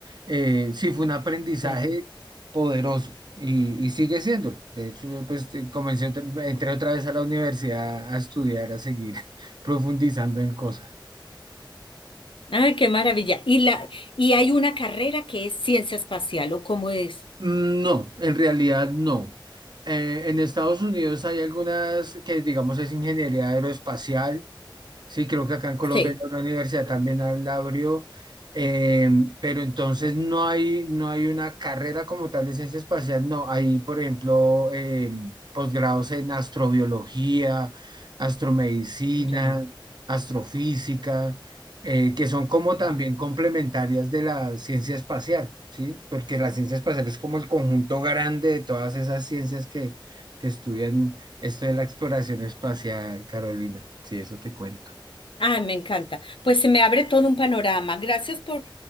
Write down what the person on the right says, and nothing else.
Eh, sí, fue un aprendizaje
poderoso y, y sigue siéndolo. De hecho, yo, pues eh, comencé, otra- entré otra vez a la universidad a estudiar, a seguir <laughs> profundizando en cosas.
Mm, No, en realidad no. Eh, en Estados Unidos hay algunas que, digamos, es ingeniería aeroespacial. Sí, creo que acá en Colombia
hay una universidad también la abrió, eh, pero entonces no hay, no hay una carrera como tal de ciencia espacial, no. Hay, por ejemplo, eh, posgrados en astrobiología, astromedicina,
astrofísica, eh, que son como
también complementarias de la ciencia espacial, ¿sí? Porque la ciencia espacial es como el conjunto grande de todas esas ciencias que, que estudian esto de la exploración espacial, Carolina. Sí, eso te cuento.